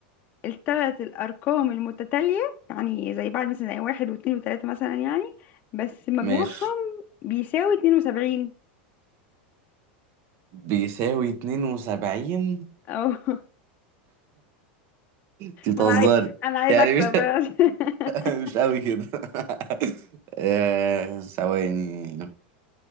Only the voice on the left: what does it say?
الثلاث الارقام المتتالية يعني زي بعض مثلا زي واحد واثنين وثلاثة مثلا يعني بس مجموعهم
بيساوي 72
اه <laughs>
ما انا عايز انا عايز
اكسب
<laughs>